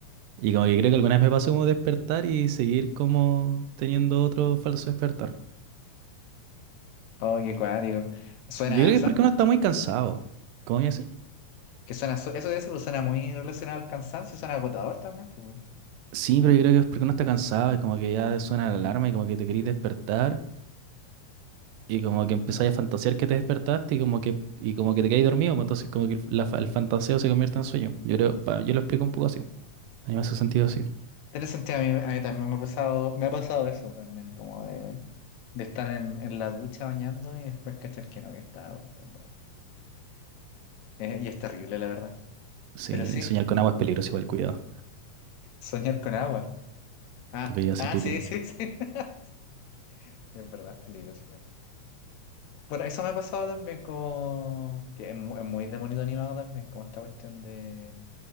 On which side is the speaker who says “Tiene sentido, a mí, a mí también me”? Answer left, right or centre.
Left